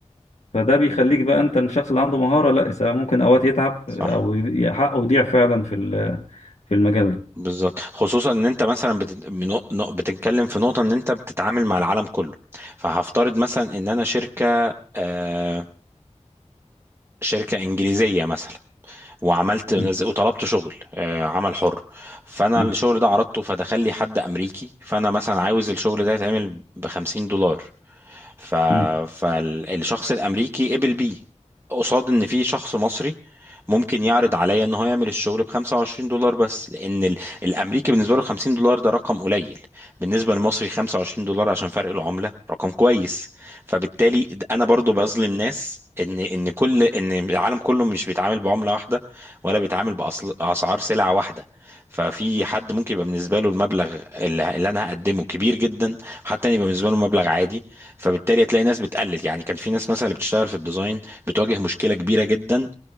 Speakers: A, on the left (about 70°); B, on the right (about 20°).
A: فده بيخليك بقى انت الشخص اللي عنده مهاره لا يس- ممكن اوقات يتعب
B: صح
A: او ي- حقه يضيع فعلا في ال... في المجال ده
B: بالظبط خصوصا ان انت مثلا بت... بنو- نو- بتتكلم في نقطه ان انت بتتعامل مع العالم كله فهفترض مثلا ان انا شركه آه... شركه انجليزيه مثلا وعملت نز-
A: مم.
B: وطلبت شغل آه... عمل حر فانا
A: مم.
B: الشغل ده عرضته فدخل لي حد امريكي فانا مثلا عاوز الشغل ده يتعمل ب 50 دولار ف...
A: مم.
B: فالشخص الامريكي قبل بيه قصاد ان في شخص مصري ممكن يعرض عليا ان هو يعمل الشغل ب 25 دولار بس لان ال... الامريكي بالنسبه له 50 دولار ده رقم قليل بالنسبه للمصري 25 دولار عشان فرق العمله رقم كويس فبالتالي د- انا برضو بظلم ناس ان ان كل ان العالم كله مش بيتعامل بعمله واحده ولا بيتعامل باسعار سلعه واحده ففي حد ممكن يبقى بالنسبه له المبلغ اللي, اللي انا هقدمه كبير جدا حتى يبقى بالنسبه له مبلغ عادي فبالتالي هتلاقي ناس بتقلل يعني كان في ناس مثلا اللي بتشتغل في الديزاين بتواجه مشكلة كبيرة جدا